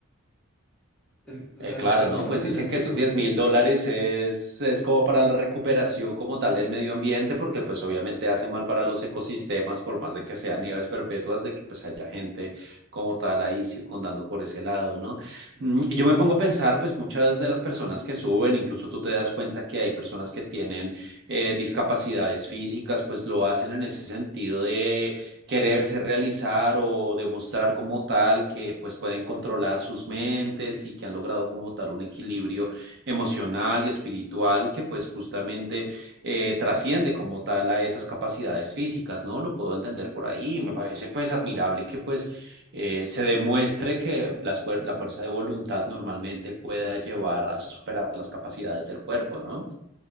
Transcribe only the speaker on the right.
Eh,
claro,
¿no?
Pues
dicen
que esos diez
mil dólares es, es como para la recuperación como tal del medio ambiente, porque pues obviamente hace mal para los ecosistemas, por más de que sean nieves perpetuas, de que pues haya gente como tal ahí circundando por ese lado, ¿no?
Mm, Yo me pongo a pensar, pues muchas de las personas que suben, incluso tú te das cuenta que hay personas que tienen eh, discapacidades físicas, pues lo hacen en ese sentido de quererse realizar o demostrar como tal que pues pueden controlar sus mentes y que han logrado como tal un equilibrio emocional y espiritual que pues justamente eh, trasciende como tal a esas capacidades físicas, ¿no? Lo puedo entender por ahí. Me parece pues admirable que pues eh, se demuestre que las fuer- la fuerza de voluntad normalmente pueda llevar a superar las capacidades del cuerpo, ¿no?